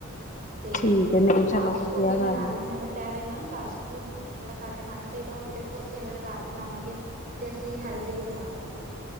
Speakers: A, on the right; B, on the left.
A: ਤੇ
B: ਠੀਕ ਹੈ ਨਹੀਂ ਚਲੋ
A: ਫਾਸਟ
B: ਵਧੀਆ
A: ਫੂਡ ਵੀ ਬਣਾ
B: ਗੱਲ
A: ਲੈਂਦੇ
B: ਏ।
A: ਹਾਂ ਬਟ ਐਵੇਂ ਨਾ ਫਾਸਟ ਫੂਡ ਥੋੜ੍ਹਾ ਘੱਟ ਖਾਣਾ ਚਾਹੀਦਾ ਔਰ ਦੇਖੋ ਅਸੀਂ ਅਗਰ ਘਰ ਬਣਾਵਾਂਗੇ। ਤੇ ਅਸੀਂ ਹੈਲਦੀ ਬਣਾਵਾਂਗੇ।